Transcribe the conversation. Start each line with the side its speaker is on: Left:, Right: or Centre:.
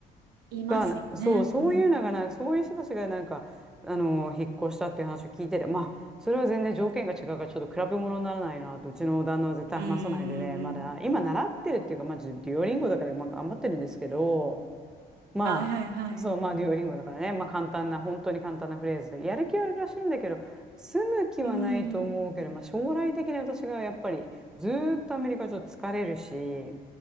Right: いますよね。
Centre: が、そう、そういうのがなんかそういう人たちがなんかあの引っ越したっていう話を聞いてて、
Right: うん。
Centre: まあそれは全然条件が違うからちょっと比べ物にならないなと、うちの旦那は絶対話さないでね、
Right: うんうんうん。
Centre: まだ今習ってるっていうか、まあデュオリンゴだからまあ頑張ってるんですけど、まあ、
Right: はいはいはい。
Centre: そう、まあ、デュオリンゴだからね。まあ、簡単な、本当に簡単なフレーズで。やる気はあるらしいんだけど、住む気はないと思うけど、
Right: うん。
Centre: まあ、将来的に私がやっぱり、ずーっとアメリカちょっと疲れるし、